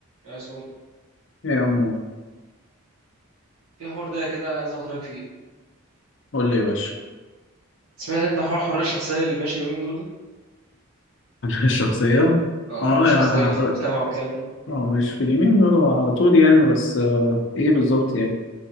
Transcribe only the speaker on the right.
يا سوم
في حوار ده كده عايز اخد رايك فيه
سمعت انت حوار الحريه الشخصيه اللي ماشي اليومين دول ده
اه
الحريه الشخصيه
اللي
في المجتمع والكلام ده